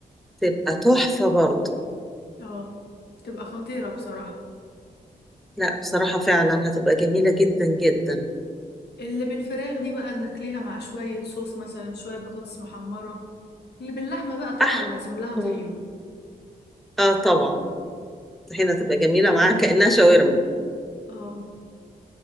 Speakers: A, in the centre; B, on the left.
A: تبقى تحفة برضه
B: اه تبقى خطيرة بصراحة
A: لا بصراحة فعلا هتبقى جميلة جدا جدا
B: اللي بالفراخ دي بقى ناكليها مع شوية صوص مثلا شوية بطاطس محمرة اللي باللحمة بقى طبعا
A: أح
B: لازم لها طحينة
A: اه آه طبعا هنا تبقى جميلة معاها كأنها شاورما
B: اه